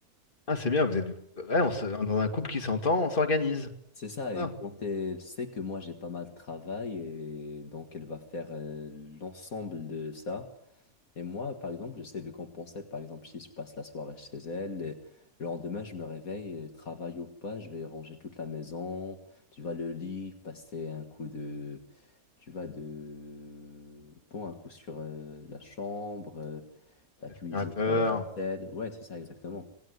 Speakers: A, on the left; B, on the left.
A: Ah, c'est bien, vous êtes ouais, on se- dans un couple qui s'entend, on s'organise.
B: C'est ça,
A: C'est
B: et
A: ça.
B: quand elle sait que moi j'ai pas mal de travail, et donc elle va faire euh, l'ensemble de ça, Et moi, par exemple, j'essaie de compenser. Par exemple, si je passe la soirée chez elle, et le lendemain, je me réveille, et travail ou pas, je vais ranger toute la maison, tu vois, le lit, passer un coup de, tu vois, de, bon, un coup sur euh, la chambre, euh, la
A: L'aspirateur.
B: cuisine, faire la vaisselle. Ouais, c'est ça, exactement.